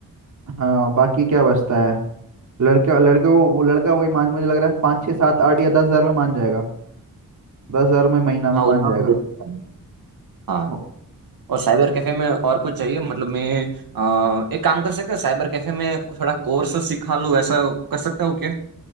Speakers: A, on the right; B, on the right.
A: हाँ बाकी क्या बचता है लड़के लड़के वो वो लड़का वही मान मुझे लग रहा है पाँच छः सात आठ या दस हज़ार में मान जाएगा दस हज़ार में महीना में
B: हाँ
A: मान
B: उतना
A: जाएगा
B: तो दे सकता हूँ। हाँ
A: हो-
B: और साइबर कैफे में और कुछ चाहिए मतलब मैं अ, एक काम कर सकता है साइबर कैफे में थोड़ा कोर्स सिखा लूँ ऐसा कर सकता हूँ क्या